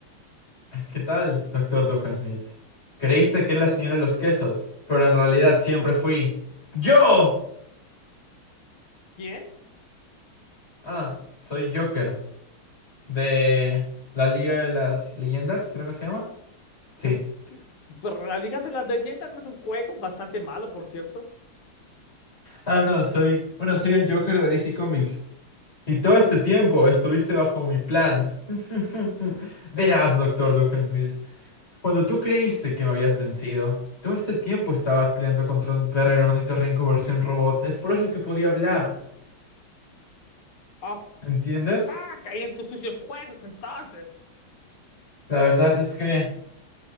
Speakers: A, on the left; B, on the left.
A: ¿Qué tal, doctor Doofenshmirtz? Creíste que era la señora de los quesos, pero en realidad siempre fui yo.
B: ¿Quién?
A: Ah, soy Joker. de la Liga de las Leyendas, creo que se llama. Sí.
B: <laughs> Pero la Liga de las Leyendas no es un juego bastante malo, por cierto.
A: Ah, no, soy, bueno, soy el Joker de DC Comics. Y todo este tiempo estuviste bajo mi plan. <laughs> Verás, doctor Doofenshmirtz, cuando tú creíste que me habías vencido, todo este tiempo estabas peleando contra un perro el ornitorrinco versión robot. Es por eso que podía hablar.
B: Ah,
A: ¿Entiendes?
B: ah, caí en tus sucios juegos, entonces.
A: La verdad es que